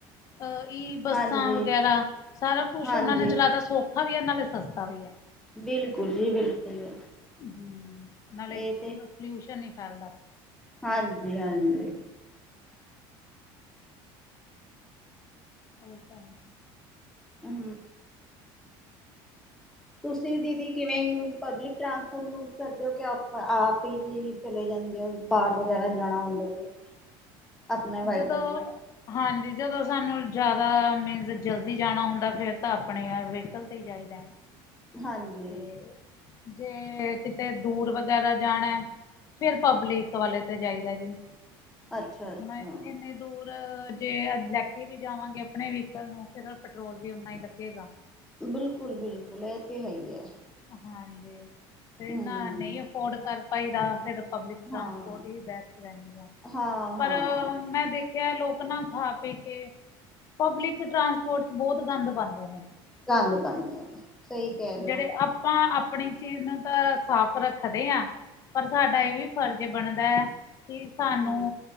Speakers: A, on the left; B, in the centre.
A: ਅ ਈ ਬੱਸਾਂ
B: ਹਾਂਜੀ
A: ਵਗੈਰਾ, ਸਾਰਾ ਕੁਛ
B: ਹਾਂਜੀ
A: ਉਹਨਾਂ ਨੇ ਚਲਾ ਤ ਸੌਖਾ ਵੀ ਐ ਨਾਲੇ ਸਸਤਾ ਵੀ ਐ
B: ਬਿਲਕੁਲ ਜੀ- ਬਿਲਕੁਲ।
A: ਹੂੰ, ਨਾਲੇ
B: ਇਹ
A: ਪੋਲਿਊਸ਼ਨ ਨੀ ਫੈਲਦਾ।
B: ਹਾਂਜੀ-ਹਾਂਜੀ।
A: ਉਹੀ ਤਾਂ ਹੈ।
B: ਹੂੰ ਤੁਸੀਂ ਦੀਦੀ ਕਿਵੇਂ ਯੂਸ ਪਬਲਿਕ ਟਪੋਰਟ ਯੂਸ ਕਰਦੇ ਹੋ ਆਪਾਂ ਆਪ ਈ ਦੀ? ਚਲੇ ਜਾਂਦੇ ਆ, ਬਾਹਰ ਵਗੈਰਾ ਜਾਣਾ ਹੁੰਦਾ ਤੇ ਆਪਣੇ ਵਾਈਕਲ
A: ਜਦੋਂ
B: ਤੇ
A: ਹਾਂਜੀ ਜਦੋਂ ਸਾਨੂੰ ਜ਼ਿਆਦਾ ਮੀਨਜ਼ ਜਲਦੀ ਜਾਣਾ ਹੁੰਦਾ ਫਿਰ ਤਾਂ ਆਪਣੇ ਵਹੀਕਲ ਤੇ ਈ ਜਾਈਦਾ
B: ਹਾਂਜੀ।
A: ਤੇ ਜੇ ਕਿਤੇ ਦੂਰ ਵਗੈਰਾ ਜਾਣਾ ਫੇਰ ਪਬਲਿਕ ਵਾਲੇ ਤੇ ਜਾਈਦਾ ਜੀ।
B: ਅੱਛਾ ਅੱਛਾ
A: ਹੁਣ ਇੰਨੇ ਦੂਰ ਜੇ ਲੈ ਕੇ ਵੀ ਜਾਵਾਂਗੇ ਆਪਣੇ ਵਹੀਕਲ ਨੂੰ ਫੇਰ ਪੈਟਰੋਲ ਵੀ ਓਨਾ ਈ ਲੱਗੇਗਾ
B: ਬਿਲਕੁਲ-ਬਿਲਕੁਲ ਇਹ ਤੇ ਹੈ ਈ ਐ।
A: ਹਾਂਜੀ, ਤੇ
B: ਹਮ
A: ਨਾ ਨਈ ਅਫੋਰਡ ਕਰ ਪਾਈਦਾ ਫਿਰ ਪਬਲਿਕ
B: ਹਾਂ
A: ਟਰਾਂਸਪੋਰਟ ਹੀ ਬੈਸਟ ਰਹਿੰਦੀ ਐ,
B: ਹਾਂ
A: ਪਰ
B: ਹਾਂ
A: ਮੈਂ ਦੇਖ ਕ ਲੋਕ ਨਾ ਖਾ-ਪੀ ਕੇ ਪਬਲਿਕ ਟਰਾਂਸਪੋਰਟ ਚ ਬਹੁਤ ਗੰਦ ਪਾਦੇ ਨੇ
B: ਗੰਦ ਪਾਦੇ ਸਹੀ ਕਹਿ ਰਹੇ
A: ਜਿਹੜੇ
B: ਹੋ
A: ਆਪਾਂ ਆਪਣੀ ਚੀਜ਼ ਨੂੰ ਤਾਂ ਸਾਫ਼ ਰੱਖਦੇ ਆ ਪਰ ਸਾਡਾ ਇਹ ਵੀ ਫਰਜ਼ ਵੀ ਬਣਦਾ ਐ ਕੀ ਸਾਨੂੰ
B: ਹਮ